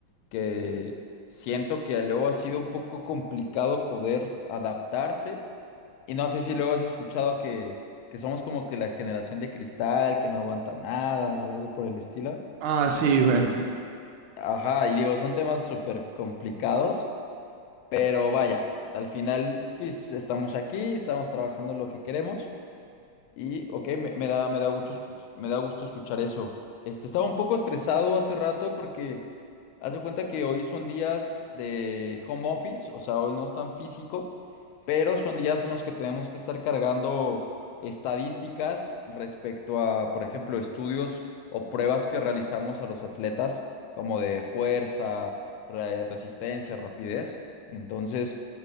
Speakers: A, on the left; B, on the right.
A: que siento que luego ha sido un poco complicado poder adaptarse. Y no sé si luego has escuchado que, que somos como que la generación de cristal, que no aguanta nada o algo por el estilo.
B: Ah, sí, bueno.
A: Y, ajá, y digo, son temas súper complicados, pero vaya, al final, pues estamos aquí, estamos trabajando lo que queremos. Y, ok, me, me da, me da gusto, escu- me da gusto escuchar eso. Este, estaba un poco estresado hace rato porque haz de cuenta que hoy son días de home office, o sea, hoy no es tan físico, pero son días en los que tenemos que estar cargando estadísticas respecto a, por ejemplo, estudios o pruebas que realizamos a los atletas, como de fuerza, re- resistencia, rapidez. Entonces...